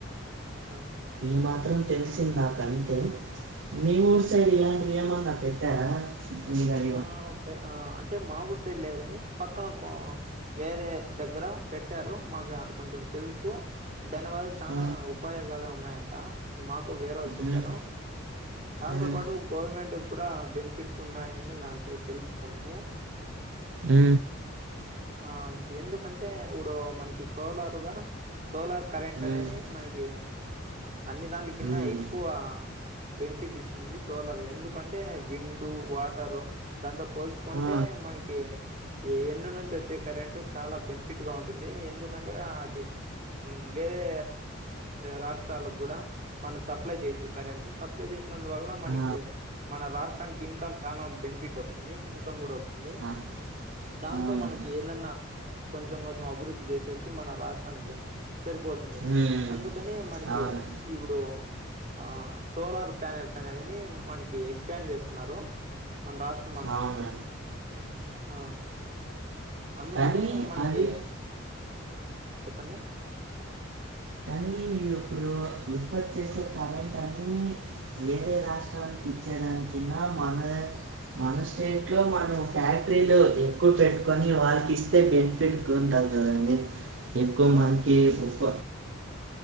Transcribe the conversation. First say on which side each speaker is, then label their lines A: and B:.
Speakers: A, on the right; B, on the right.
A: ఆ
B: ఈ మాత్రం తెలిసింది నాక అంతే మీ ఊరు
A: ఆ!
B: సైడ్ ఇలాంటి ఏమన్నా పెట్ ట్టారా ఇ <unintelligible>
A: ఆ పే ఆ అంటే మా ఊరు సైడ్ లేదు కాని పక్కన మా వేరే దగ్గర పెట్టారు మాకు అంటే కొంచెం తెలుసు దానివల్ల చాలా
B: ఆ,
A: ఉపయోగాలే ఉన్నాయంట మాకు వేరే వాళ్ళు చెప్పారు
B: ఉమ్,
A: దాంతో
B: ఉమ్,
A: పాటు గవర్నమెంట్ కూడా బెనిఫిట్స్ ఉన్నాయి అని నాకి తెలుసు కొంచము
B: ఉ
A: ఆ ఎందుకంటే ఇప్పుడు మనకి సోలారుగా సోలార్ కరెంట్
B: ఉమ్,
A: అనేది మనకి అన్ని దాంల కిన్నా
B: ఉమ్,
A: ఎక్కువ బెనిఫిట్ ఇస్తుంది సోలార్ ఎందుకంటే విండు వాటరు దాంతో పోల్చుకుంటే
B: ఆ,
A: మనకి ఈ ఎండు నుంచచ్చే కరెంటు చాలా బెనిఫిట్ గా ఉంటుంది ఎందుకంటే అది ఉ ఇ వేరే రాష్ట్రాాలకు కూడా మనం సప్లై చేయొచ్చు కరెంటు సప్లై చేసినందు వల్ల మనకి
B: ఆ,
A: మన రాష్ట్రానికి ఇన్కమ్ చనా బెనిఫిట్ వస్తుంది ఇన్కమ్ కూడా వస్తు ది
B: ఆ,
A: దాంతో
B: అవునండి
A: మనకి ఏదన్నా కొంచెం కొంచెం అభివృద్ధి చేసేకి మన రాష్ట్రానికి సరిపోత్ తుంది
B: ఉమ్,
A: అందుకని మనకి
B: అవును
A: ఇప్పుడు ఆ సోలార్ ప్యానెల్స్ అనేవిని మనకి ఎక్స్పాండ్ చేస్తున్నారు మన్ రాష్ట్
B: అవును
A: ఆ అందుకని
B: కానీ
A: మనకి
B: అవి
A: చెప్పండి
B: కానీ ఇప్పుడు ఉత్పత్తి చేసే కరెంట్ అన్ని వేరే రాష్ట్రానికి ఇచ్చేదానికిన్నా మన రాష్ట మన స్టేట్ లో మనం ఫ్యాక్టరీలు ఎక్కువ పెట్టుకొని వాళకి ఇస్తే బెని ఫిట్ ఉంటాది కాదండి ఎక్కువ
A: ఆ
B: మనకి ఉత్ప